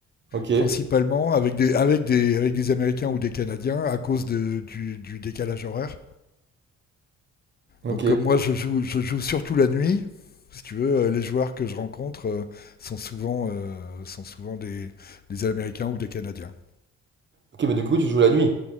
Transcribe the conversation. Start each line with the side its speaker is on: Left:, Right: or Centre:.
Right: Ok,
Left: principalement, avec des, avec des, avec des Américains ou des Canadiens, à cause de- du, du décalage horaire.
Right: ok.
Left: Donc euh, moi, je joue, je joue surtout la nuit. Si tu veux, euh, les joueurs que je rencontre euh, sont souvent, euh, sont souvent des, des Américains ou des Canadiens.
Right: Ok, mais du coup, tu joues la nuit,